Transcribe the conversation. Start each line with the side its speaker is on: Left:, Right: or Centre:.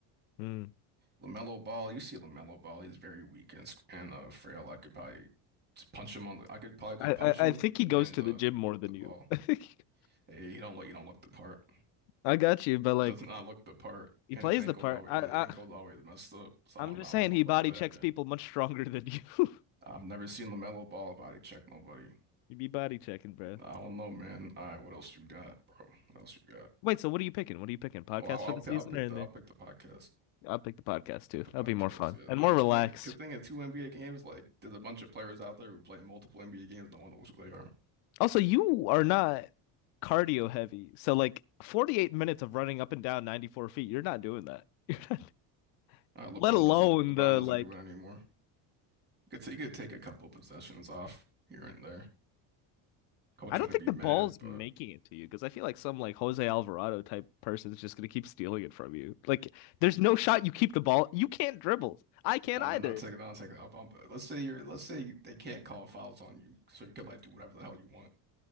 Left: Hmm.
Right: LaMelo Ball. You see LaMelo Ball. He's very weak and s- and uh, frail. I could probably just punch him on the. I could probably just
Left: I,
Right: punch
Left: I
Right: him
Left: I think he goes
Right: and
Left: to
Right: the
Left: the gym more than
Right: the ball.
Left: you. <laughs> I think
Right: Hey, he don't look. You don't look the part.
Left: I got you, but like
Right: does not look the part,
Left: He
Right: and
Left: plays
Right: his ankle's
Left: the part.
Right: always
Left: I,
Right: the ankle's
Left: I
Right: always messed up. So I
Left: I'm
Right: don't,
Left: just
Right: I don't
Left: saying
Right: know
Left: he
Right: about
Left: body
Right: that,
Left: checks
Right: man.
Left: people much stronger than you. <laughs>
Right: I've never seen LaMelo Ball body check nobody.
Left: You be body checking, bro.
Right: I don't know, man. All right, what else you got, bro? What else you got?
Left: Wait, so what are you picking? What are you picking? Podcast
Right: Oh, I'll,
Left: for
Right: I'll
Left: the
Right: pick.
Left: season
Right: I'll pick
Left: or in
Right: the. I'll
Left: the?
Right: pick the podcast.
Left: I'll pick the podcast too.
Right: Pick the
Left: That'll
Right: podcast.
Left: be more fun
Right: Yeah,
Left: and
Right: I
Left: more
Right: mean, two.
Left: relaxed.
Right: Good thing is two NBA games. Like, there's a bunch of players out there who play multiple NBA games. No one knows who they are.
Left: Also, you are not cardio heavy, so like 48 minutes of running up and down 94 feet, you're not doing that. <laughs> You're not,
Right: Uh, LeBron
Left: let alone
Right: doesn't do. LeBron
Left: the
Right: doesn't
Left: like
Right: do it anymore. You could say you could take a couple possessions off here and there. Coach
Left: I don't
Right: might
Left: think
Right: be
Left: the
Right: mad,
Left: ball's
Right: but.
Left: making it to you because I feel like some like Jose Alvarado type person is just gonna keep stealing it from you. Like there's no shot you keep the ball. You can't dribble. I can't
Right: No,
Left: either.
Right: then I'll take it. I'll take it. I'll, I'll- let's say you're. Let's say they can't call fouls on you, so you can like do whatever the hell you want.